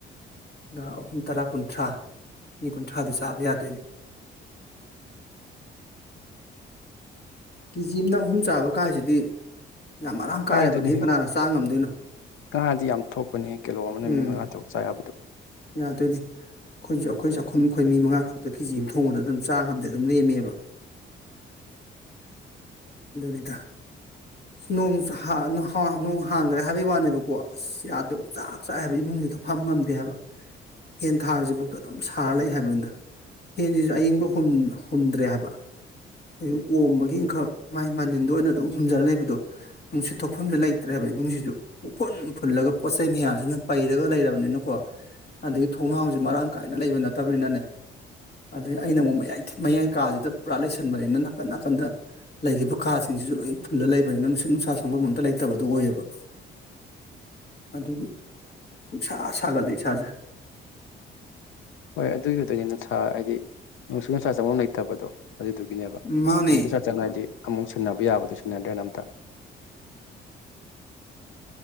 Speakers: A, on the left; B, on the left.
A: ꯑꯍꯨꯝ ꯇꯔꯥ ꯀꯨꯟꯊ꯭ꯔꯥ ꯃꯤ ꯀꯨꯟꯊ꯭ꯔꯥꯗꯤ ꯆꯥꯕ ꯌꯥꯗꯣꯏꯅꯤ
B: <unintelligible>
A: ꯀꯦꯖꯤ ꯑꯃꯅ ꯑꯍꯨꯝ ꯆꯥꯕ ꯀꯥꯏꯁꯤꯗꯤ ꯌꯥꯝ ꯃꯔꯥꯡ ꯀꯥꯏꯔꯕꯗꯤ
B: ꯀꯥꯏꯗꯩꯅꯣꯍꯦ
A: ꯍ ꯀꯅꯥꯅ ꯆꯥ ꯉꯝꯗꯣꯏꯅꯣ
B: ꯉꯥꯗꯤ ꯌꯥꯝ ꯊꯣꯛꯄꯅꯦ ꯀꯤꯂꯣ ꯑꯃꯅ
A: ꯎꯝ
B: ꯃꯤꯠ ꯃꯉꯥ ꯇꯔꯨꯛ ꯆꯥ ꯌꯥꯕꯗꯨ
A: ꯌꯥꯗꯣꯏꯅꯤ ꯑꯩꯈꯣꯏꯁꯨ ꯑꯩꯈꯣꯏ ꯆꯥꯛꯈꯨꯝ ꯑꯩꯈꯣꯏ ꯃꯤ ꯃꯉꯥ ꯈꯛꯇ ꯀꯦꯖꯤ ꯑꯃ ꯊꯣꯡꯕꯗ ꯑꯗꯨꯝ ꯆꯥꯝꯗ ꯑꯗꯨꯝ ꯂꯦꯝꯃꯦꯕ ꯑꯗꯨꯅꯤꯗ ꯑꯁ ꯅꯣꯡꯁꯨ ꯅꯣꯡ ꯍꯥꯡꯈ꯭ꯔꯦ ꯍꯥꯏꯕꯒꯤ ꯋꯥꯅꯦꯕꯀꯣ ꯑꯁ ꯌꯥꯗꯦ ꯑꯣ ꯆꯥꯛ ꯆꯥꯏ ꯍꯥꯏꯕ ꯏꯃꯨꯡ ꯐꯝ ꯉꯝꯗꯦ ꯍꯥꯏꯕ ꯐꯦꯟ ꯊꯥꯔꯤꯁꯤꯐꯥꯎꯗ ꯑꯗꯨꯝ ꯁꯥꯔ ꯂꯩ ꯍꯥꯏꯕꯅꯤꯅ ꯐꯦꯟꯁꯤꯁꯨ ꯑꯏꯤꯡꯕ ꯍꯨꯝꯗ꯭ꯔꯦ ꯍꯥꯏꯕ ꯑꯩꯈ ꯑꯣꯝꯕꯒꯤ ꯡꯈꯛ ꯃꯥꯏ ꯃꯅꯤꯟꯗ ꯑꯣꯏꯅ ꯑꯗꯨꯝ ꯍꯨꯝꯖꯔ ꯂꯩꯕꯗꯣ ꯅꯨꯡꯁꯤꯠ ꯊꯣꯛꯐꯝꯁꯨ ꯂꯩꯇ꯭ꯔꯦ ꯍꯥꯏꯕ ꯏꯃꯨꯡꯁꯤꯗꯨ ꯐꯨꯜꯂꯒ ꯄꯣꯠ ꯆꯩꯩ ꯃꯌꯥꯝꯁꯤꯅ ꯄꯩꯔꯒ ꯂꯩꯔꯕꯅꯤꯅꯀꯣ ꯑꯗꯒꯤ ꯊꯣꯡꯅꯥꯎꯁ ꯃꯔꯥꯡ ꯀꯥꯏꯅ ꯂꯩꯕ ꯅꯠꯇ ꯐꯠꯇꯕꯅꯤꯅꯅꯦ ꯑꯗꯗꯒꯤ ꯑꯩꯅ ꯑꯃꯨꯛꯌꯥꯏ ꯃꯌꯥꯏ ꯀꯥꯁꯤꯗ ꯄꯨꯔꯥ ꯂꯩꯁꯟꯕꯅꯤꯅ ꯅꯥꯀꯟ ꯅꯥꯀꯟꯗ ꯂꯩꯈꯤꯕ ꯈꯥꯁꯤꯡꯁꯤꯁꯨ ꯂꯣꯏ ꯐꯨꯜꯂ ꯂꯩꯕꯅꯤꯅ ꯅꯨꯡꯁꯤꯠ ꯅꯨꯡꯁꯥ ꯁꯪꯐꯝ ꯑꯝꯇ ꯂꯩꯇꯕꯗꯨꯣ ꯑꯣꯏꯌꯦꯕ
B: <unintelligible>
A: ꯑꯗꯒꯤ ꯎꯁꯥ ꯁꯥꯒꯜꯂꯤ ꯏꯁꯥꯁꯦ
B: ꯍꯣꯏ ꯑꯗꯨꯒꯤꯗꯨꯅꯤ ꯅꯅꯨꯡꯁꯥ ꯍꯥꯏꯗꯤ ꯅꯨꯡꯁꯨ ꯅꯨꯡꯁꯥ ꯆꯪꯐꯝꯝ ꯂꯩꯇꯕꯗꯣ ꯑꯗꯨꯗꯨꯒꯤꯅꯦꯕ
A: ꯃꯥꯅꯦ
B: ꯅꯨꯄꯤꯁ ꯆꯪꯉꯗꯤ ꯑꯃꯨꯛ ꯁꯤꯟꯅꯕ ꯌꯥꯕꯗꯣ ꯁꯤꯟꯅꯗ꯭ꯔꯦꯅ ꯑꯝꯇ